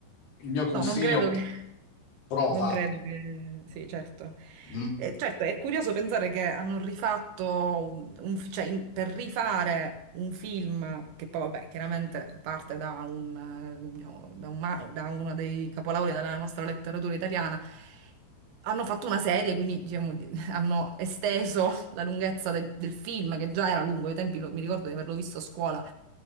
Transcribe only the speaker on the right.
no, non credo che...
Non credo che... Sì, certo.
Eh, certo, è curioso pensare che hanno rifatto, un, un fi- cioè in- per rifare un film che poi, vabbè, chiaramente parte da un, eh, diciamo, da un ma- da uno dei capolavori della nostra letteratura italiana, hanno fatto una serie, quindi diciamo, di- <laughs> hanno esteso la lunghezza del, del film, che già era lungo, ai tempi lo- mi ricordo di averlo visto a scuola,